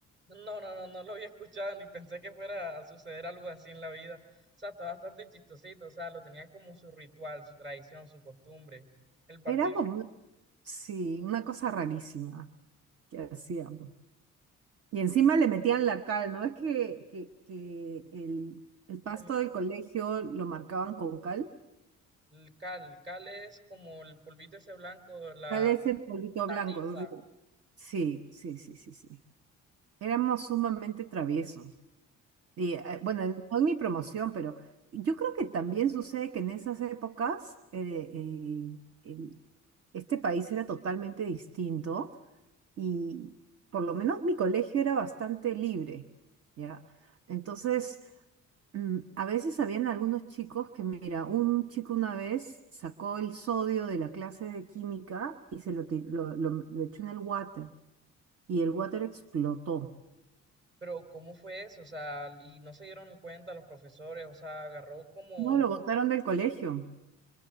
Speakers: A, on the right; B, on the right.
A: No, no, no, no lo había escuchado ni pensé que fuera a suceder algo así en la vida. O sea, está bastante chistosito, o sea, lo tenían como su ritual, su tradición, su costumbre. El partir
B: Era como, sí, una cosa rarísima que hacíamos. Y encima le metían la cal, ¿no? Es que, que, que el, el pasto
A: de
B: del colegio lo marcaban con cal.
A: el cal, el cal es como el polvito ese blanco, la,
B: Cal es el polvito
A: la
B: blanco.
A: tiza.
B: Sí, sí, sí, sí, sí. sí. Éramos sumamente traviesos. Y eh, bueno, no en mi promoción, pero yo creo que también sucede que en esas épocas eh, eh, el- este país era totalmente distinto y por lo menos mi colegio era bastante libre, ¿ya? Entonces, mm, a veces habían algunos chicos que, mira, un chico una vez sacó el sodio de la clase de química y se lo, ti- lo lo- lo echó en el water y el water explotó.
A: Pero ¿cómo fue eso? O sea, y no se dieron cuenta los profesores, o sea, agarró como
B: No, lo botaron del colegio.